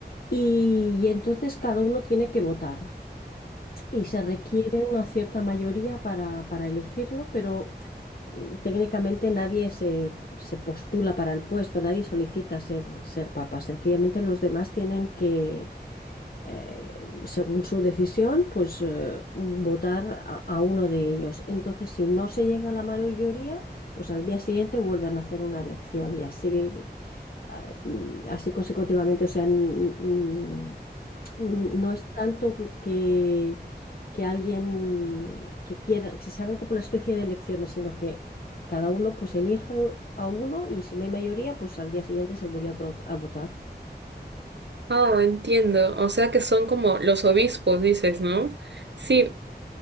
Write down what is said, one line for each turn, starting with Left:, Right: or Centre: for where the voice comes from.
Left: y, y entonces cada uno tiene que votar. Y se requiere una cierta mayoría para, para elegirlo, pero mm, técnicamente nadie se, se postula para el puesto, nadie solicita ser, ser papa. Sencillamente los demás tienen que, eh, según su decisión, pues eh, votar a, a uno de ellos. Entonces, si no se llega a la mayoría, pues al día siguiente vuelven a hacer una elección y así, eh, mm, así consecutivamente. O sea, n- n- no es tanto que, que alguien que quiera, que se hagan como una especie de elecciones, sino que cada uno pues elige a uno y si no hay mayoría, pues al día siguiente se vuelve a, pro- a votar.
Right: Oh, entiendo. O sea que son como los obispos, dices, ¿no? Sí,